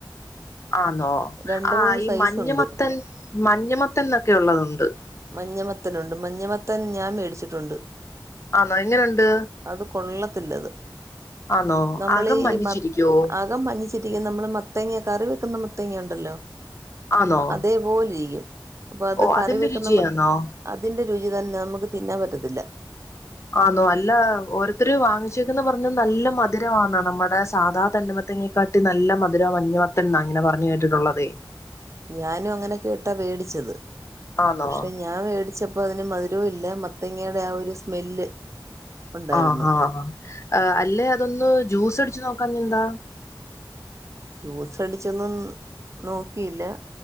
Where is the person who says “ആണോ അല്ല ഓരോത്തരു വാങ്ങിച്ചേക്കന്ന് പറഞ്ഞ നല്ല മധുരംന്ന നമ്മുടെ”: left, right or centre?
Left